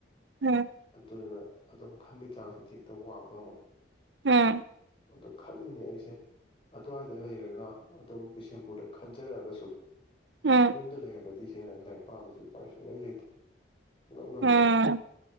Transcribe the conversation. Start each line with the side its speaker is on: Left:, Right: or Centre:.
Right: ꯎꯝ
Left: ꯑꯗꯨꯗꯨꯅ ꯑꯗꯨꯝ ꯈꯟꯕꯒꯤ ꯆꯥꯡꯁꯤꯗꯤ ꯍꯦꯛꯇ ꯋꯥꯡꯕ ꯑꯃꯨꯛ
Right: ꯎꯝ
Left: ꯑꯗꯨ ꯈꯜꯂꯤꯅꯦ ꯑꯩꯁꯦ ꯑꯗꯨ꯭ꯋꯥꯏꯗ ꯂꯩꯔꯒ ꯑꯗꯨꯝ ꯕꯤꯁꯦꯝꯄꯨꯔꯗ ꯈꯟꯖꯔꯛꯑꯒꯁꯨ
Right: ꯎꯝ
Left: ꯌꯨꯝꯗ ꯂꯩꯦꯒꯦ ꯏꯇꯤꯁꯤꯡꯅ ꯂꯥꯏꯔꯤꯛ ꯄꯥꯕꯁꯨ ꯎꯄꯥꯏ ꯁꯨꯡꯂꯩ ꯂꯩꯇ꯭ꯔꯦ ꯁꯨꯡꯉꯝ ꯉꯝꯗ꯭ꯔꯦ
Right: ꯎꯝ